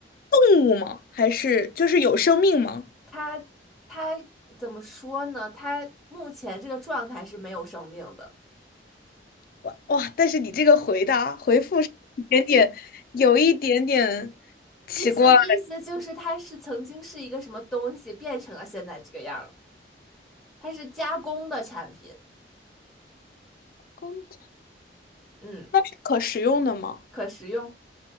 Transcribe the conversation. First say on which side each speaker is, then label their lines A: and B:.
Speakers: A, on the left; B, in the centre.
A: 动物吗？还是就是有生命吗？
B: 它它怎么说呢？它目前这个状态是没有生命的，
A: 哇，但是你这个回答回复是有一点点，有一点点奇怪。
B: 意思意思就是它是曾经是一个什么东西变成了现在这个样儿，它是加工的产品，
A: 公仔
B: 嗯，
A: 那是可食用的吗？
B: 可食用。